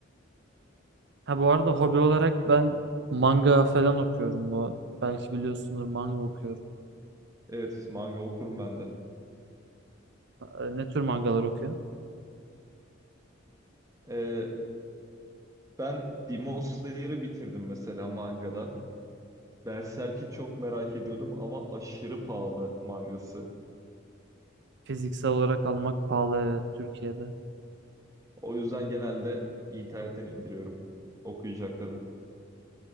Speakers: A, on the right; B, on the right.
A: Ha bu arada hobi olarak ben manga falan okuyorum bu. Belki biliyorsundur manga okuyorum.
B: Evet manga okurum ben de.
A: E, Ne tür mangalar okuyorum?
B: E, ben Demon Slayer'ı bitirdim mesela mangada. Berserk'i çok merak ediyordum ama aşırı pahalı mangası.
A: Fiziksel olarak almak pahalı evet Türkiye'de.
B: O yüzden genelde internetten indiriyorum okuyacaklarımı.